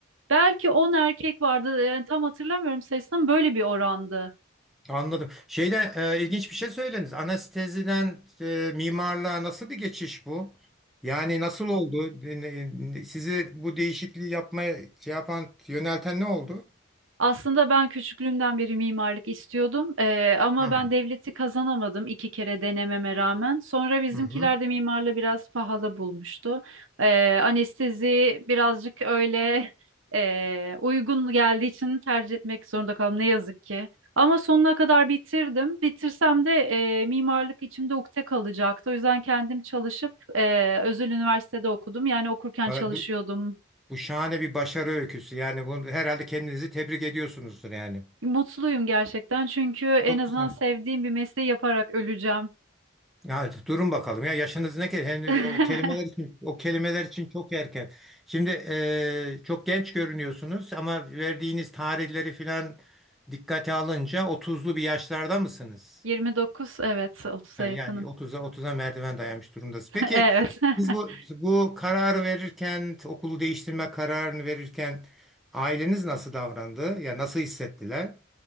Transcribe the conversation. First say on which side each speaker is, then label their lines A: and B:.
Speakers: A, on the right; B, in the centre.
A: belki 10 erkek vardı. Yani tam hatırlamıyorum sayısını ama böyle bir orandı.
B: anladım. Şeyde e, ilginç bir şey söylediniz. Anesteziden e, mimarlığa nasıl bir geçiş bu? Yani nasıl oldu? E, ne- Sizi bu değişikliği yapmaya şey yapan, yönelten ne oldu?
A: Aslında ben küçüklüğümden beri mimarlık istiyordum Eee, ama
B: Hı hı.
A: ben devleti kazanamadım iki kere denememe rağmen. Sonra bizimkiler
B: hı.
A: de mimarlığı biraz pahalı bulmuştu. Eee, anestezi birazcık öyle <laughs> eee, uygun geldiği için tercih etmek zorunda kaldım ne yazık ki. Ama sonuna kadar bitirdim. Bitirsem de eee, mimarlık içimde ukde kalacaktı. O yüzden kendim çalışıp eee, özel üniversitede okudum. Yani okurken
B: Valla
A: çalışıyordum
B: Bu, bu şahane bir başarı öyküsü. Yani bunu herhalde kendinizi tebrik ediyorsunuzdur yani.
A: Mutluyum gerçekten çünkü en
B: Çok
A: azından
B: güzel.
A: sevdiğim bir mesleği yaparak öleceğim.
B: Ya durun bakalım ya yaşınız ne ki? Hani
A: <laughs>
B: o kelimeler için o kelimeler için çok erken. Şimdi eee, çok genç görünüyorsunuz ama verdiğiniz tarihleri filan dikkate alınca otuzlu bir yaşlarda mısınız?
A: 29 evet 30'a
B: Yani
A: yakınım.
B: yani otuza 30'a merdiven dayanmış durumdasınız.
A: <laughs>
B: Peki
A: Evet. <laughs>
B: siz bu bu kararı verirken okulu değiştirme kararını verirken aileniz nasıl davrandı? Ya nasıl hissettiler?